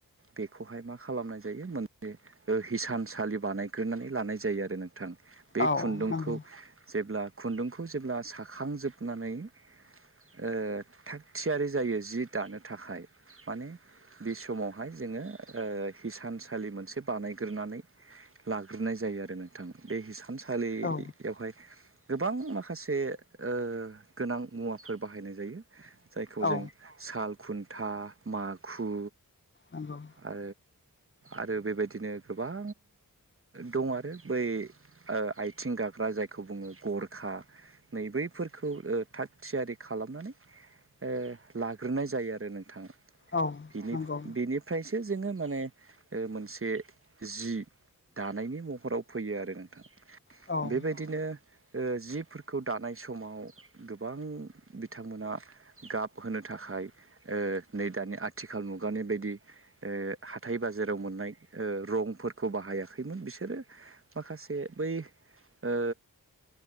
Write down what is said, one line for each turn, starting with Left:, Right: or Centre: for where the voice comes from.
Right: बेखौहाय मा खालामनाय जायो माने ओ हिसानसालि बानायग्रोनानै लानाय जायो आरो नोंथां बे
Left: औ
Right: खुन्दुंखौ
Left: नंगौ
Right: जेब्ला खुन्दुंखौ जेब्ला साखांजोबनानै ओ थाग थियारि जायो जि दानो थाखाय माने बे समावहाय जोङो ओ हिसानसालि मोनसे बानाय ग्रोनानै लाग्रोनाय जायो आरो नोंथां बे हसानसालि
Left: औ
Right: यावहाय गोबां माखासे ओ गोनां मुवाफोर बाहायनाय जायो। जायखौ
Left: औ
Right: जों साल खुन्था माखु
Left: नंगौ।
Right: ओ आरो बेबायदिनो गोबां दं आरो बै ओ आथिं गाग्रा जायखौ बुङो गरखा, नै बैफोरखौ ओ थाग थियारि खालामनानै, ओ लाग्रोनाय जायो आरो नोंथाङा।
Left: औ
Right: बिनि
Left: नंगौ
Right: - बिनिफ्रायसो जोङो माने मोनसे जि दानायनि महराव फैयो आरो नोंथां।
Left: औ औ
Right: बेबायदि बिदिनो ओ जिफोरखौ दानाय समाव गोबां बिथांमोना गाब होनो थाखाय, ओ नै दानि आथिखाल मुगानि बायदि ओ हाथाइ- बाजाराव मोननाय रंफोरखौ बाहायाखैमोन बिसोरो माखासे बै ओ